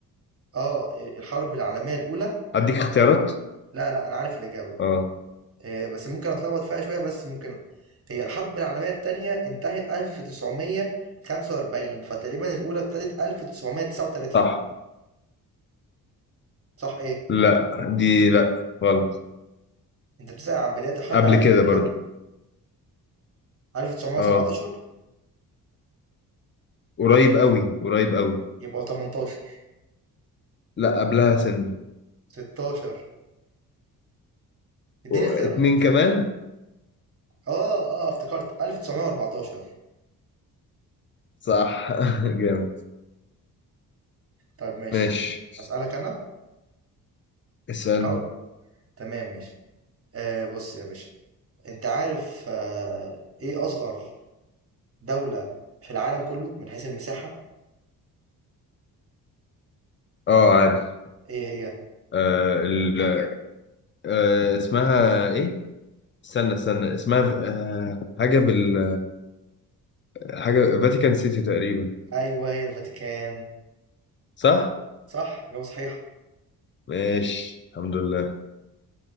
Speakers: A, on the right; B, on the left.
A: اه إيه، الحرب العالمية الأولى
B: أديك اختيارات؟
A: لا لا انا عارف الإجابة
B: اه
A: إيه، بس ممكن اتلخبط فيها شوية بس ممكن هي الحرب العالمية التانية انتهت 1945 فتقريبا الأولى ابتدت 1939
B: صح
A: صح ايه
B: لا دي لا غلط
A: انت بتسأل عن بداية الحرب
B: قبل
A: العالمية
B: كده
A: الأولى
B: برضو
A: 1917
B: اه قريب قوي قريب قوي
A: يبقى 18
B: لا قبلها سنة
A: 16 اديني
B: و-
A: اختيارات
B: اتنين كمان
A: اه اه افتكرت 1914
B: صح <laughs> جامد
A: طيب ماشي
B: ماشي
A: اسالك انا
B: اسألني
A: حاول تمام ماشي آه بص يا باشا انت عارف آه ايه اصغر دولة في العالم كله من حيث المساحة
B: اه عارف
A: ايه هي
B: آه ال... آه اسمها ايه؟ استنى استنى اسمها آه حاجة بال حاجة فاتيكان سيتي تقريبا
A: ايوه هي الفاتيكان
B: صح؟
A: صح اجابة صحيحة
B: ماشي الحمد لله